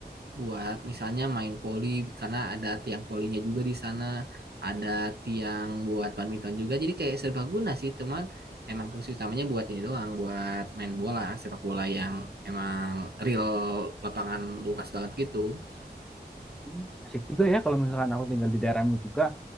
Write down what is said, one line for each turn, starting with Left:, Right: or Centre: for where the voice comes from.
Right: buat misalnya main poli karena ada tiang polinya juga di sana, ada tiang buat badminton juga. Jadi kayak serbaguna sih, cuman emang fungsi utamanya buat ini doang, buat main bola, sepak bola yang emang real lapangan luas banget gitu.
Centre: Hmm, asik juga ya kalau misalkan aku tinggal di daerahmu juga